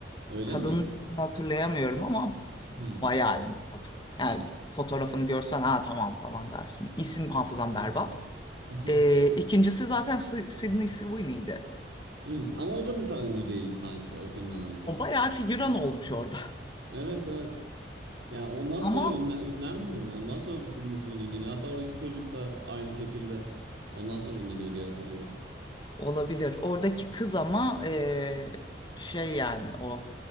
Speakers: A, on the right (about 75°); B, on the left (about 25°).
A: <laughs> Öyle
B: Kadını
A: mi?
B: hatırlayamıyorum ama
A: Hmm.
B: bayağı ünlü kadın. Yani fotoğrafını görsen ha tamam falan dersin. İsim hafızam
A: Mhm.
B: berbat.
A: Mhm.
B: E, ikincisi zaten Sy- Sydney Sweeney'di.
A: Hmm. Ama o da mesela ünlü değildi sanki o filmden önce.
B: O bayağı figüran olmuş orada.
A: Evet evet. Yani ondan sonra
B: <laughs> Ama
A: ünlen, ünlenmiyor mu? Ondan sonra da Sidney Sweeney ünleniyor. Hatta oradaki çocuk da aynı şekilde ondan sonra ünleniyor diye hatırlıyorum.
B: olabilir. Oradaki kız ama e, şey yani o